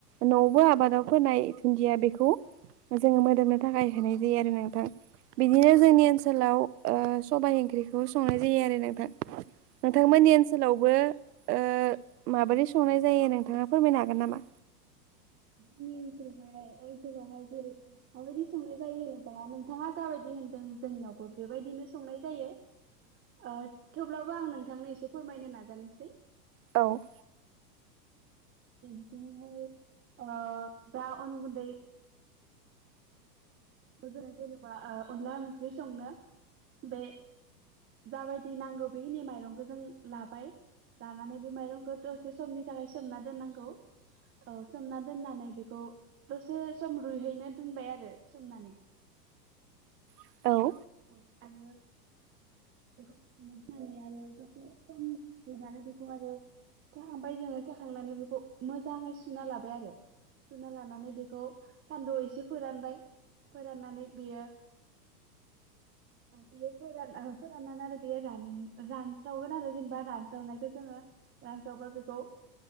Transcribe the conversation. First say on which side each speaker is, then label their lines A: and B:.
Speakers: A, on the right (about 70°); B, on the right (about 25°).
A: न'आवबो आबादाव फोनाय थुन्दिया बेखौ जोङो मोदोमनो थाखाय होनाय जायो आरो नोंथां।
B: औ
A: बिदिनो जोंनि ओनसोलाव ओ सबाय ओंख्रिखौ संनाय जायो आरो नोंथां नोंथांमोननि ओनसोलावबो ओ माबोरै संनाय जायो नोंथाङा फोरमायनो हागोन नामा
B: नि ओनसोलावहाय‌ ओ जोंनि ओनसोलावहाय जेरै माबायदि संनाय जायो होनोबा नोंथाङा जाबायदि होनदों जोंनियावबो बेबायदिनो संनाय जायो ओ थेवब्लाबो आं नोंथांनो एसे फोरमायनो नागिर खोथानोसै
A: औ <unintelligible>
B: बिनिहायो ओ दा अन गुन्दै जों जेनेबा अनला ओंख्रि संनो बे जाबायदि नांगौ बेखिनि माइरंखौ जों लाबाय दानानै बे माइरंखौथ समनि थाखाय जोमना दोननांगौ औ सोमना दोननानै बेखौ दसे सम रुइहैनो दोनबाय आरो सोमनानै
A: औ
B: औ आरो बेखौनो होननानै आरो दसे सम देनानै बेखौ आरो थेखांबाय जोङो थेखांनानै बेखौ मोजाङै सुना लाबाय आरो सुना लानानै बेखौ सान्दुआव एसे फोरानबाय फोराननानै बियो बियो फोरानना हो आरो बे रानस्रावगोन आरो जेनेबा रानस्रावनायखौ जोङो रानथावबा बेखौ